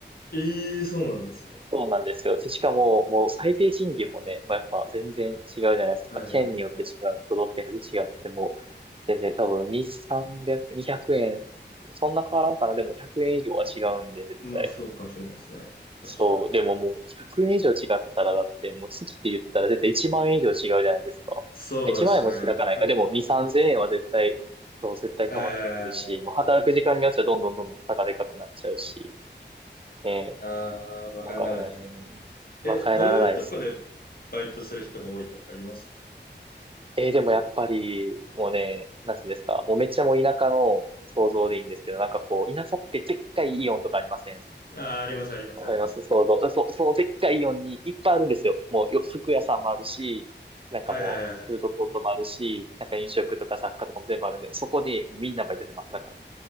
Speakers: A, on the left; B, on the right.
A: ええそうなんですね。
B: そうなんですよ。でしかも、もう最低賃金もね、まあ、やっぱ全然違うじゃないですか。
A: はいはいはいはい。
B: 県によって違う、都道府県によって違ってもう全然多分2、300、2円。そんな変わらんかな。でも100円以上は違うんで、絶対。
A: まあそうかもしれないですね。確かに。
B: そう。でももう100円以上違ったら、だってもう月って言ったら絶対1万円以上違うじゃないですか。
A: そうですね。
B: 1万円も開かないか。
A: バカにならないですね。
B: でも2、3000円は絶対、そう、絶対変わってくるし、
A: はいはいはいはい。
B: もう働く時間によっちゃどんどんどんどん差がでかくなっちゃうし、ね
A: ああ、バカにならないですよね。
B: え、なんかね、馬鹿にならないですね。
A: え、どういうとこでバイトする人が多いとかありますか
B: えー、でもやっぱり、もうね、なんていうんですか、もうめっちゃもう田舎の想像でいいんですけど、なんかこう、田舎ってでっかいイオンとかありません
A: ああー、ありますありますあります。
B: わかります想像。そ、そのでっかいイオンにいっぱいあるんですよ。もうよ、服屋さんもあるし、なんかもう、
A: はいはいはいはい。
B: フードコートもあるし、なんか飲食とか雑貨とかも全部あるんで、そこでみんなバイトします。だから。